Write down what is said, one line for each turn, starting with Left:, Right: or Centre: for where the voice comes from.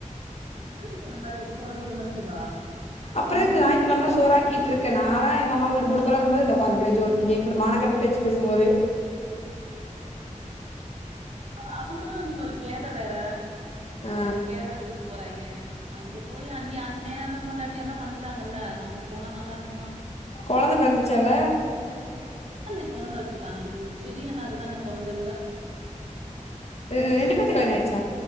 Right: நா போறந்தள் போறதுனா இருந்தா சிவா
Left: அப்பறோ
Right: ஒரு
Left: எதுக்கு
Right: நூறு
Left: ஞாயிற்கிழமலா
Right: மீட்டர் இருநூறு
Left: சோராக்கிட்ருக்க
Right: மீட்டர் இருக்கும்
Left: நாளா எங்க அம்மா வீடு முத்தள த இந்த உக்காந்துருக்கிறே ஜோருத்திங்க இப்டி மான கெட்ட பேச்சு பேசும்போதே
Right: அ அவங்களு இன்னைக்கு ஒரு கேத வேற
Left: ஆ,
Right: அவங்க கேத வீட்டுக்கு போறாங்க அங்க போய் கி அண்ணி அண்ணன் அண்ணன் பொண்டாட்டி எல்லா வந்துட்டாங்கல்ல நம்ம போனா நல்லா இருக்
Left: கொழந்த பிறந்துச்சால
Right: என்ந்த கொழந்த வச்சிருக்காங்கடி பெரியன்னாக்குதா இன்னு கொழந்த இல்ல
Left: ஆ ரெண்டு பேத்துகு கல்யாண் ஆய்டுச்சு